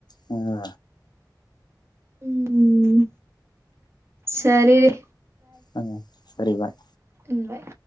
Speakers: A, on the left; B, on the right.
A: ಹ್ಮ.
B: ಹ್ಮ್ ಸರಿ ರಿ.
A: ಹಾ ಸರಿ ಬಾಯ್.
B: ಹ್ಮ್ ಬಾಯ್.